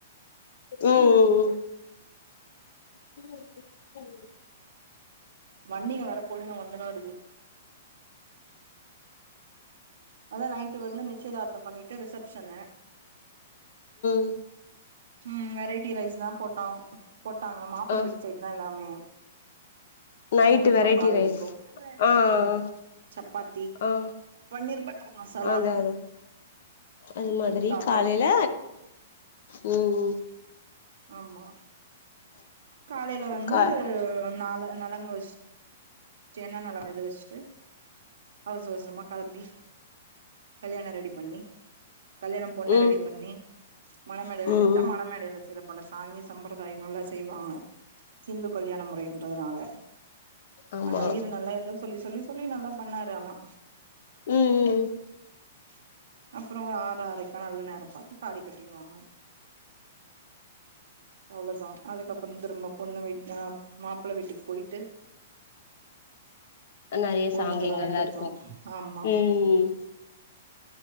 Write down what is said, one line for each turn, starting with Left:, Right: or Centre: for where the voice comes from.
Left: ம் ம் ம் <unintelligible>
Right: வண்டிங்க வற போது இன்னும் ஒன்னு தான் இருக்கு அதான் நைட் வந்து நிச்சயதார்த்தம் பண்ணிட் அடுத்து ரிஷப்ஷன்னு
Left: ம்
Right: ம் வெரைட்டி ரைஸ் தான் போட்டோ போட்டாங்க மாப்பிள்ளை
Left: ஆ
Right: வீட்டு சைடு தான் எல்லாமே
Left: நைட்டு
Right: நைட்டுக்கு
Left: வெரைட்டி
Right: காலையிலைக்கு
Left: ரைஸ் ஆ
Right: ஆமா
Left: ஆ
Right: சப்பாத்தி
Left: ஆ
Right: பன்னீர் பட்டர் மசாலா
Left: அத அத அது மாதிரி
Right: ஊத்தாப்பம்
Left: காலைல ம் ம்
Right: ஆமா காலையில வந்து
Left: கா
Right: நாளா நலங்கு வச் சுட்டு என்னென்ன வரது வச்சுட்டு அவசரம் அவசரமா களம்பி கல்யாணம் ரெடி பண்ணி கல்யாணம் பொண்ணை
Left: ம்
Right: ரெடி பண்ணி மண மேடையில
Left: ம்
Right: விட்டா
Left: ம்
Right: மண மேடையில சில பல சாங்கிய சம்பிரதாய ங்கள் செய்வாங்க இந்து கல்யாண முறைன்றதுனால
Left: ஆமா
Right: அந்த ஐயர் நல்லா இரு சொல்லி சொல்லி சொல்லி நல்லா பண்ணாரு ஆனா
Left: ம் ம்
Right: <inaudible> அப்புறம் ஒரு ஆறு ஆறைக்கா நல்ல நேரம் பார்த்து தாலி கட்டிடுவாங்க அவ்வளோ தான் அதுக்கப்புறம் திரும்ப பொண்ணு வீட்டு மாப்பிளை வீட்டுக்கு போயிட்டு
Left: நறையா
Right: பொண்ணு
Left: சாங்கியங்கல்லா
Right: போய் வெளக்கேத்து
Left: இருக்கு
Right: ஆமா
Left: ம்